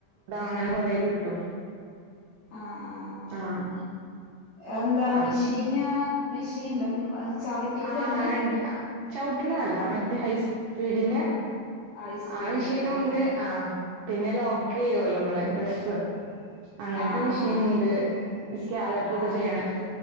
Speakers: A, on the right (about 80°); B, on the left (about 75°).
A: അങ്ങനെ കൊറേ കിട്ടും
B: ആഹ ആഹ ആഹ
A: ആഹ്
B: എന്താ
A: അപ്പ
B: മെഷീന്
A: പിന്നെ
B: മെഷീൻ ഉണ്ടമ്മി ചവിട്ടിയിട്ടന്നെ
A: ആഹ് രണ്ട് ചവിട്ടണതല്ല മറ്റേ ഹൈസ് പിടിന്റെ
B: ആഹ് ഹൈ സ്പീഡിന്റെ
A: ആ മിഷീനുണ്ട്
B: ആഹ്
A: ആ പിന്നെ ലോക്ക് ചെയ്യുവല്ലോ നമ്മള് ഡ്രസ്സ് അങ്ങനത്തെ
B: ആഹ്
A: മിഷീനുണ്ട്
B: ആഹ് ആഹ്
A: സ്കാലോപ്പൊക്കെ
B: ആഹ് ആഹ്
A: ചെയ്യണ
B: ആഹ്